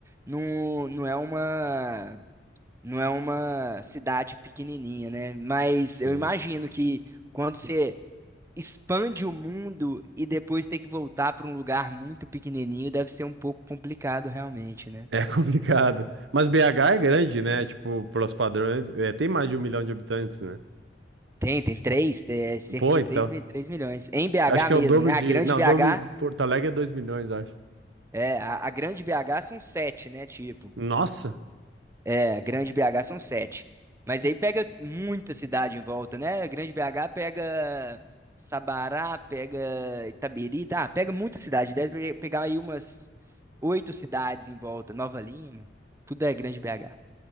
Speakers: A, on the right; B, on the right.
A: não, não é uma não é uma cidade pequenininha, né? Mas
B: Sim.
A: eu imagino
B: <laughs>
A: que quando você expande o mundo e depois ter que voltar para um lugar muito pequenininho deve ser um pouco complicado realmente, né?
B: É complicado. Mas BH é grande, né? Tipo, pelos padrões, é, tem mais de um milhão de habitantes, né?
A: Tem, tem três, tem é, cerca
B: Pô,
A: de
B: então.
A: três mi- três milhões. Em BH
B: Acho que
A: mesmo,
B: é o dobro
A: né? A
B: de.
A: grande
B: Não,
A: BH,
B: o dobro de Porto Alegre é 2 milhões, eu acho.
A: é, a, a grande BH são sete, né? Tipo,
B: Nossa!
A: é, a grande BH são sete. Mas aí pega muita cidade em volta, né? A grande BH pega Sabará, pega Itabiri, tá? Pega muita cidade. Deve pe- pegar aí umas oito cidades em volta. Nova Lima, tudo é grande BH.